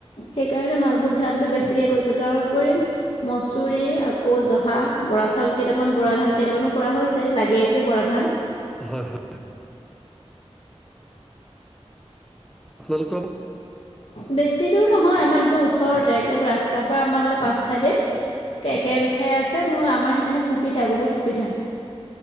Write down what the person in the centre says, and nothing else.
হয় হয়। আপোনালোকৰ